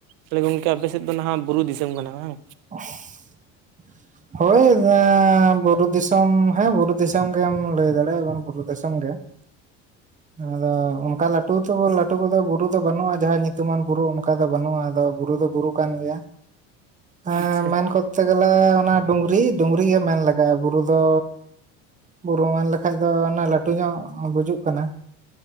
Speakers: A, on the right (about 70°); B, on the right (about 20°).
A: ᱛᱟᱦᱞᱮ ᱜᱚᱝᱠᱮ ᱟᱯᱮ ᱥᱮᱫ ᱫᱚ ᱱᱟᱦᱟᱜ ᱵᱩᱨᱩ ᱫᱤᱥᱟᱹᱢ ᱠᱟᱱᱟ ᱵᱟᱝ?
B: <unintelligible> ᱦᱳᱭ ᱫᱟ ᱵᱩᱨᱩ ᱫᱤᱥᱚᱢ ᱦᱮᱸ ᱵᱩᱨᱩ ᱫᱤᱥᱚᱢ ᱜᱮᱢ ᱞᱟᱹᱭ ᱫᱟᱲᱮᱭᱟᱜᱼᱟ ᱵᱩᱨᱩ ᱵᱟᱝ ᱫᱤᱥᱚᱢ ᱜᱮᱼᱼ ᱟᱫᱚ ᱚᱱᱠᱟ ᱞᱟᱹᱴᱩ ᱛᱚ ᱞᱟᱹᱴᱩ ᱠᱚᱫᱚ ᱵᱩᱨᱩ ᱫᱚ ᱵᱟᱹᱱᱩᱜᱼᱟ, ᱡᱟᱦᱟᱸ ᱧᱩᱛᱩᱢᱟᱱ ᱵᱩᱨᱩ ᱚᱱᱠᱟ ᱫᱚ ᱵᱟᱹᱱᱩᱜᱼᱟ ᱟᱫᱚ᱾ ᱵᱩᱨᱩ ᱫᱚ ᱵᱩᱨᱩ ᱠᱟᱱ ᱜᱮᱭᱟ, ᱮᱸ
A: ᱟᱪᱪᱷᱟ
B: ᱢᱮᱱ ᱠᱳᱛᱛᱮ ᱜᱮᱞᱮ ᱚᱱᱟᱼᱼ ᱰᱩᱝᱨᱤ ᱰᱩᱝᱨᱤ ᱜᱮ ᱢᱮᱱ ᱞᱟᱜᱟᱜᱼᱟ, ᱵᱩᱨᱩ ᱫᱚ ᱵᱩᱨᱩ ᱢᱟ ᱞᱟᱹᱼᱼ ᱠᱷᱟᱡ ᱫᱚ ᱚᱱᱟ ᱞᱟᱹᱴᱩ ᱧᱚᱜ ᱵᱩᱡᱩᱜ ᱠᱟᱱᱟ,